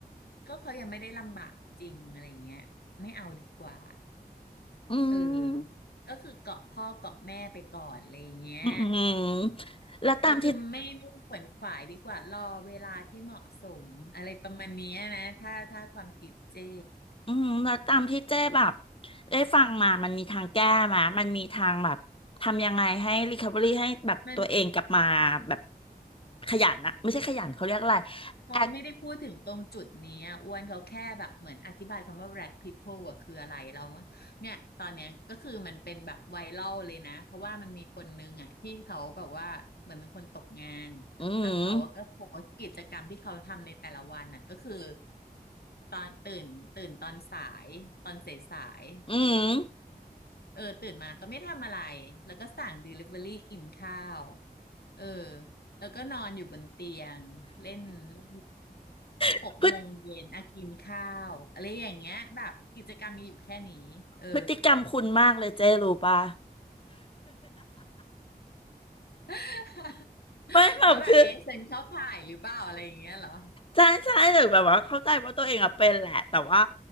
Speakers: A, on the left; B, on the left.
A: ก็เขายังไม่ได้ลำบากจริงอะไรอย่างเงี้ยไม่เอาดีกว่า
B: อืม
A: เออก็คือเกาะพ่อเกาะแม่ไปก่อนอะไรอย่างเงี้ย
B: อืมแล้วตามที่
A: เออคือไม่ไม่ขวนขวายดีกว่ารอเวลาที่เหมาะสมอะไรประมาณเนี้ยนะถ้าถ้าความคิดเจ้
B: อืมแล้วตามที่เจ้แบบได้ฟังมามันมีทางแก้ไหมมันมีทางแบบทำยังไงให้ r e c o v e ี่ให้แบบตัวเองกลับมาแบบ
A: มัน
B: ขยันนะไม่ใช่ขยันเขาเรียกอะไร
A: เขาไม่ได้พูดถึงตรงจุดนี้อะอ้วนเขาแค่แบบเหมือนอธิบายคำว่า
B: แอค
A: rat people อะคืออะไรเราเนี่ยตอนเนี้ยก็คือมันเป็นแบบไวรัลเลยนะเพราะว่ามันมีคนนึงอ่ะที่เขาแบบว่าเหมือนเป็นคนตกงานแล้วเขาก็โพสต์กิจกรรมที่เขาทำในแต่ละวันอะก็คือ
B: อืม
A: ตอนตื่นตื่นตอนสายตอนสายสาย
B: อืม
A: เออตื่นมาก็ไม่ทำอะไรแล้วก็สั่ง Delivery กินข้าวเออแล้วก็นอนอยู่บนเตียงเล่นเล่น
B: <laughs>
A: หกโมงเย็นอ่ะกินข้าวอะไรอย่างเงี้ยแบบกิจกรรมมีอยู่แค่นี้เออ
B: พฤติพฤติกรรมคุณมากเลยเจ้รู้ป่ะ
A: <laughs>
B: <laughs> ไม่แบบคือ
A: ว่าแบบเอ๊ะฉันเข้าข่ายหรือเปล่าอะไรอย่างเงี้ยเหรอ
B: ใช่ใช่แต่แบบว่าเข้าใจว่าตัวเองอะเป็นแหละแต่ว่า